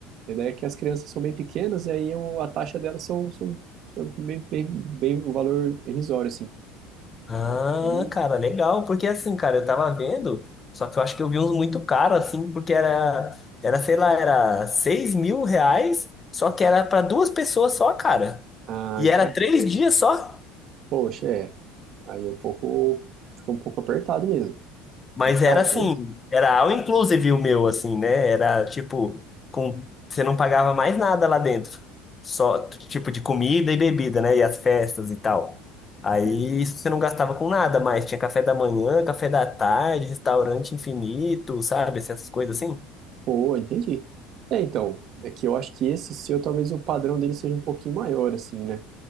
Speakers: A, on the right; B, on the left.
A: A ideia é que as crianças são bem pequenas, e aí eu- a taxa delas são, são, são bem, bem, bem o valor irrisório, assim.
B: Ah,
A: Aí-
B: cara, legal. Porque assim, cara, eu tava vendo, só que eu acho que eu vi uns muito caros, assim, porque era, era, sei lá, era seis mil reais, só que era pra duas pessoas só, cara.
A: Ah,
B: E
A: entendi.
B: era três dias só?
A: Poxa, é. Aí é um pouco, fica um pouco apertado mesmo.
B: Mas
A: É que
B: era
A: talvez.
B: assim, era all inclusive o meu, assim, né? Era tipo, com, você não pagava mais nada lá dentro. Só t- tipo de comida e bebida, né? E as festas e tal. Aí
A: Certo.
B: isso você não gastava com nada mais. Tinha café da manhã, café da tarde, restaurante infinito, sabe? Essas coisas assim.
A: Pô, entendi. É, então, é que eu acho que esse seu, talvez o padrão dele seja um pouquinho maior, assim, né?